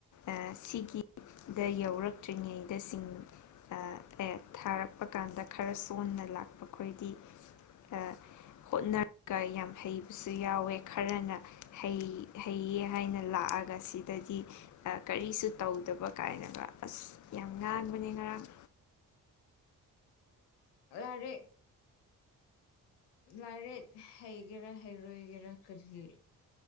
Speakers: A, on the left; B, on the left.
A: ꯑꯥ ꯁꯤꯒꯤ ꯗ ꯌꯧꯔꯛꯇ꯭ꯔꯤꯉꯩꯗ ꯁꯤꯡ ꯑꯥ ꯑꯦ ꯊꯥꯔꯛꯄ ꯀꯥꯟꯗ ꯈꯔ ꯁꯣꯟꯅ ꯂꯥꯛꯄ ꯈꯣꯏꯗꯤ ꯑꯥ ꯍꯣꯠꯅ ꯀꯥ ꯌꯥꯝ ꯍꯩꯕꯁꯨ ꯌꯥꯎꯋꯦ ꯈꯔꯅ ꯍꯩ ꯍꯩꯌꯦ ꯍꯥꯏꯅ ꯂꯥꯛꯑꯒ ꯁꯤꯗꯗꯤ ꯑꯥ ꯀꯔꯤꯁꯨ ꯇꯧꯗꯕ ꯀꯥꯏꯅꯒ ꯑꯁ ꯌꯥꯝ ꯉꯥꯡꯕꯅꯦ ꯉꯔꯥꯡ
B: ꯂꯥꯏꯔꯤꯛ ꯂꯥꯏꯔꯤꯛ ꯍꯩꯒꯦꯔꯥ ꯍꯩꯔꯣꯏꯒꯦꯔꯥ ꯀꯔꯤ